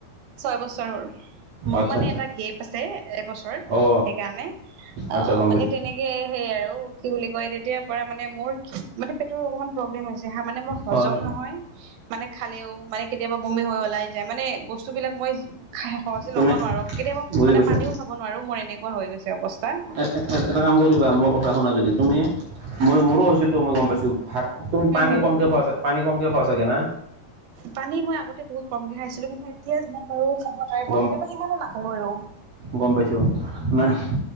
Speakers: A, on the right; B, on the right.
A: ছয় বছৰ হ'ল। মোৰ
B: আচ্ছা
A: মানে
B: আচ্ছা
A: এটা গেপ আছে এবছৰ।
B: অ
A: সেইকাৰণে। অ'
B: আচ্ছা গম
A: মানে
B: পাইছোঁ
A: তেনে কে সেই আৰু কি বুলি কয়, তেতিয়াৰ পৰা মানে মোৰ কি- মানে পেটৰ অকমান প্ৰব্লেম হৈছে হা, মানে মই হজম
B: হয়
A: নহয়। মানে খালেও মানে কেতিয়াবা বমি হৈ ওলাই যায়। মানে বস্তুবিলাক মই সহজে
B: তুমি
A: ল'ব নোৱাৰোঁ। কেতিয়াবা
B: বুজি
A: মানে
B: পাইছোঁ
A: পানীও খাব নোৱাৰোঁ, মোৰ এনেকুৱা হৈ গৈছে অৱস্থা।
B: এ- এটা কাম কৰিবা, মোৰ কথা শুনা যদি। তুমি- মই- মোৰো হৈছিলতো, মই গম পাইছোঁ ভাত- তুম
A: হুম
B: পানী
A: হুম
B: কমকে খোৱা চা- পানী কমকে খোৱা চাগে না?
A: পানী মই আগতে বহুত কমকে খাইছিলোঁ, কিন্তু এতিয়া যিমান পাৰোঁ খাব ট্ৰাই
B: অ
A: কৰোঁ, কিন্তু সিমানো নাখালোঁ আৰু।
B: গম পাইছোঁ। না-